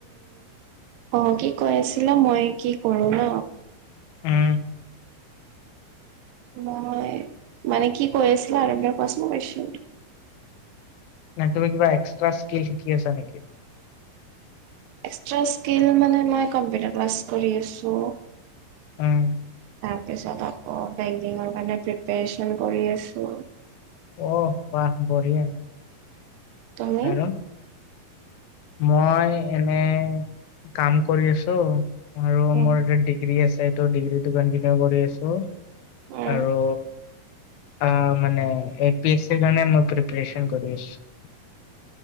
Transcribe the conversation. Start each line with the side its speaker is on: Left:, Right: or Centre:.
Right: অ', কি কৈ আছিলা মই কি কৰো ন।
Left: উম',
Right: মই মানে কি কৈ আছিলো আৰম কোৱাচোন কুয়েচনতো
Left: ন তুমি কিবা এক্সট্ৰা স্কিল শিকি আছা নেকি
Right: এস্টা স্কিল মানে মই কম্পিউটাৰ ক্লাছ কৰি আছো
Left: উম
Right: তাৰপিছত আকৌ বেংকিঙৰ কাৰণে প্ৰিপৰেচন কৰি আছো
Left: অ বাহ বঢ়িয়া
Right: তুমি
Left: আৰু মই এনে কাম কৰি আছো আৰু
Right: উম
Left: মোৰ এাত ডিগ্ৰী আছে ত ডিগ্ৰী টো কন্টিনিউ কৰি আছো
Right: উম।
Left: আৰু আহ মানে এ পি এছিৰ কাৰণে মই প্ৰিপচন কৰি আছো